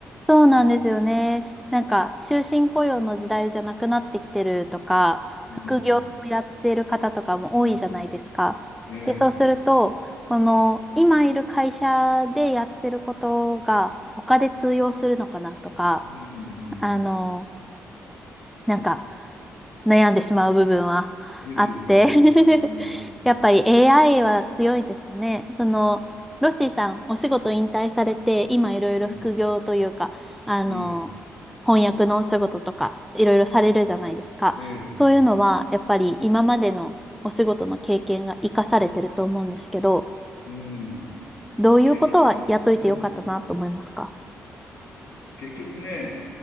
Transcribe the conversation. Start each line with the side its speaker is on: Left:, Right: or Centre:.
Centre: そうなんですよね。
Left: うん。
Centre: なんか、終身雇用の時代じゃなくなってきてるとか、
Left: うん。
Centre: 副業をやってる方とかも多いじゃないですか。
Left: うん。ええ。
Centre: で、そうすると、この、今いる会社でやってることが、他で通用するのかなとか、
Left: うんう
Centre: あの、
Left: ん。
Centre: なんか、悩んでしまう部分はあって
Left: ですよね。
Centre: <laughs>
Left: うん、
Centre: やっぱり AI は強いですかね。その、ロッシーさん、お仕事引退されて、今いろいろ副業というか、
Left: うん。
Centre: あの、
Left: ええ、
Centre: 翻訳のお仕事とか、いろいろされるじゃないですか。
Left: ええ、ええ、ええ
Centre: そういうのは、やっぱり今までのお仕事の経験が活かされてると思うんですけど、
Left: うん。
Centre: どういうことは雇いてよかったなと思いますか
Left: 結局、うん。結局ね、